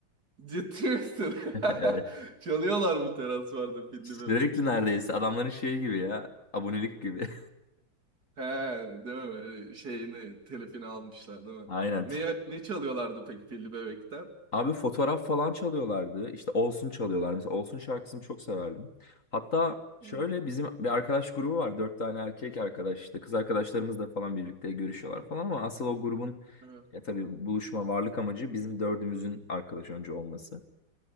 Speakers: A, on the right; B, on the left.
A: Ciddi misin?
B: <laughs> Evet.
A: <laughs> Çalıyorlar bu teras barda pilli
B: Sürekli
A: bebek.
B: neredeyse adamların şeyi gibi ya. Abonelik gibi.
A: He, değil mi? Böyle Şeyini, telifini almışlar değil mi?
B: <laughs>
A: Ne,
B: Aynen.
A: ne çalıyorlardı peki pilli bebekten?
B: Abi fotoğraf falan çalıyorlardı. İşte Olsun çalıyorlar. Mesela Olsun şarkısını çok severdim. Hatta şöyle
A: Hı.
B: bizim bir arkadaş grubu var. Dört tane erkek arkadaş işte. Kız arkadaşlarımız da falan birlikte görüşüyorlar
A: Hı hı.
B: falan ama asıl o grubun
A: Hı.
B: e, tabii buluşma varlık amacı bizim dördümüzün arkadaş önce olması.